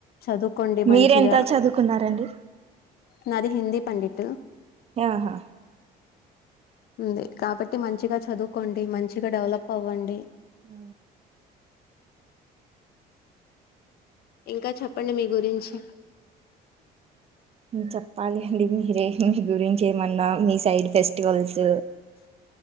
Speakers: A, on the left (about 65°); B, on the right (about 35°).
A: చదువుకోండి మంచిగా
B: మీరెంత చదువుకున్నారండి
A: నాది హిందీ పండిట్
B: ఆహా
A: ఉంది కాబట్టి మంచిగా చదువుకోండి మంచిగా డెవలప్ అవ్వండి
B: ఆ
A: ఇంకా చెప్పండి మీ గురించి
B: చెప్పాలి అండి మీరే మీ గురించి ఏమన్నా మీ సైడ్ బెస్ట్ ఫెస్టివల్స్